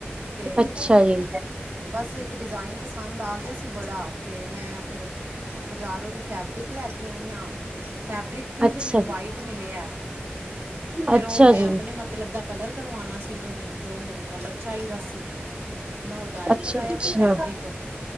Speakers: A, on the right; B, on the right.
A: ਤੇ
B: ਅੱਛਾ ਜੀ
A: ਬਸ, ਇੱਕ ਡਿਜ਼ਾਇਨ ਪਸੰਦ ਆ ਗਿਆ ਸੀ। ਬੜਾ ਅਤੇ ਮੈਂ, ਫਿਰ ਬਜ਼ਾਰੋਂ ਦੀ ਫੈਬਰਿਕ, ਲੈ ਕੇ ਆਈ ਹਾਂ। ਫੈਬਰਿਕ ਵੀ, ਫਿਰ
B: ਅੱਛਾ
A: ਮੈਨੂੰ ਵਾਈਟ ਮਿਲਿਆ, ਫਿਰ
B: ਅੱਛਾ
A: ਉਹ ਮੈਂ
B: ਜੀ
A: ਆਪਣੇ ਮਤਲਬ ਦਾ, ਕਲਰ ਕਰਵਾਉਣਾ ਸੀ। ਜੋ ਮੈਨੂੰ ਜੋ ਮੈਨੂੰ ਮੱਤਲਬ ਚਾਹੀਦਾ ਸੀ। ਮੈਂ ਓ ਡਾਈ
B: ਅੱਛਾ
A: ਕਰਾਇਆ
B: ਅੱਛਾ
A: ਫੈਬਰਿਕ।